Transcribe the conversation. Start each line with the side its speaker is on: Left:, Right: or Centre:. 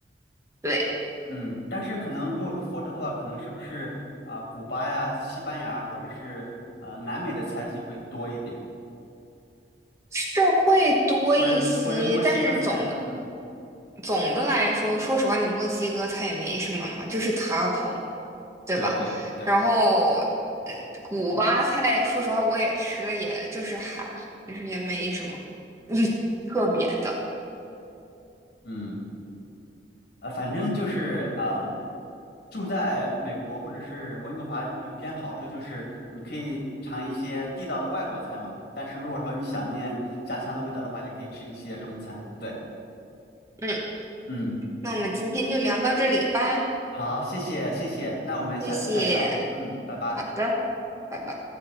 Right: 对，
Left: 嗯，但是可能如果说佛州的话，可能是不是啊、古巴呀、西班牙或者是呃南美的菜系会多一点，
Right: 是会多一些，
Left: 或者或者墨西哥菜，
Right: 但是总的。
Left: 嗯，
Right: 总的来说，说实话，你墨西哥菜也没什么嘛，就是塔 a 嘛，对吧？
Left: 对对对，
Right: 然后，嗯，古巴菜，说实话我也吃了，也就是还好，就是也没什么特别的。
Left: 嗯，呃，反正就是啊、住在美国或者是温哥华有一点好处就是你可以尝一些地道的外国菜嘛，但是如果说你想念家乡的味道的话，也可以吃一些中餐，对，
Right: 嗯，
Left: 嗯，
Right: 那我们今天就聊到这里吧，
Left: 好，谢谢谢谢，那我们下次再聊，
Right: 谢谢，
Left: 嗯，拜拜。
Right: 好的，拜拜。